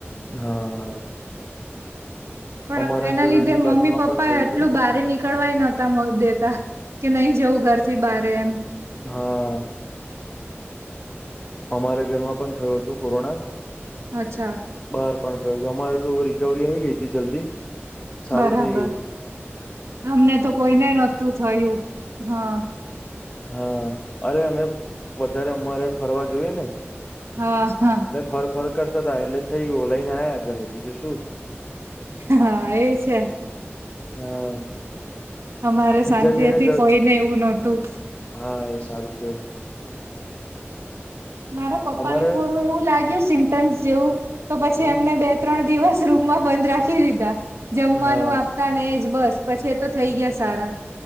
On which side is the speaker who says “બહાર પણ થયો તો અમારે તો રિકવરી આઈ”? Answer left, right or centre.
Left